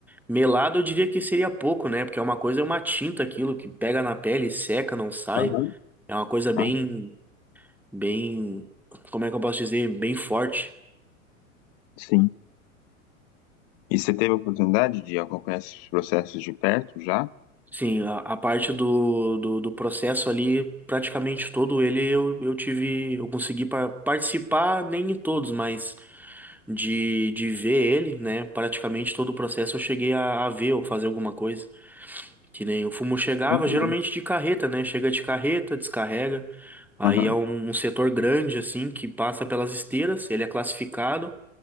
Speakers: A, in the centre; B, on the left.
A: melado, eu diria que seria pouco, né? Porque é uma coisa, é uma tinta aquilo que pega na pele, seca, não sai.
B: Aham.
A: É uma coisa bem
B: Ah,
A: bem, como é que eu posso dizer, bem forte.
B: sim. E você teve a oportunidade de acompanhar esses processos de perto já?
A: Sim, a, a parte do, do, do processo ali, praticamente todo ele eu, eu tive, eu consegui pa- participar, nem em todos, mas de, de ver ele, né? Praticamente todo o processo eu cheguei a, a ver ou fazer alguma coisa. Que nem o fumo chegava,
B: Bom demais.
A: geralmente de carreta, né? Chega de carreta, descarrega. Aí
B: Aham,
A: é um, um setor grande, assim, que passa pelas esteiras, ele é classificado,